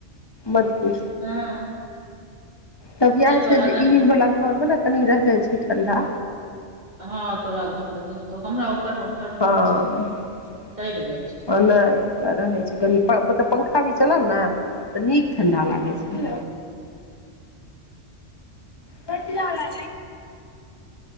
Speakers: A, on the left; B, on the right.
A: मतपूछ
B: हँ
A: तब इएह
B: ताहि पर
A: छै
B: अखन
A: जे ई वला घरमे ने कनि रहै छै ठण्ढा
B: हँ तोहरा घर में तऽ हेतौ हमरा ऊपर मे घर
A: हँ
B: नहि छै
A: नहि
B: दबि जाइ छै
A: तऽ रहै छी कनी पंखा पंखा भी चलल ने तऽ नीक ठण्डा लागै छै बट ल ला